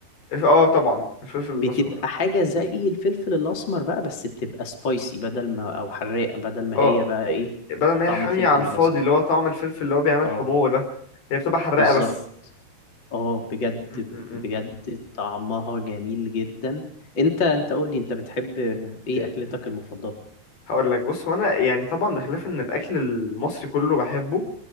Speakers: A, on the left; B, on the left.
A: الف- اه طبعا الفلفل
B: بتبقى
A: الأسمر
B: حاجة زي الفلفل الأسمر بقى بس بتبقى سبايسي بدل ما أو حراقة بدل ما
A: اه
B: هي بقى إيه
A: بدل ما
B: طعم
A: هي حامية
B: الفلفل
A: على
B: الأسمر
A: الفاضي اللي هو طعم الفلفل اللي هو بيعمل
B: اه
A: حموة ده هي بتبقى حراقة
B: بالظبط
A: بس
B: اه بجد
A: مم، مم، مم.
B: بجد طعمها جميل جدا انت انت قول لي انت بتحب ايه
A: إيه،
B: اكلتك المفضلة
A: هقول لك بص هو انا يعني طبعا بخلاف ان الاكل المصري كله بحبه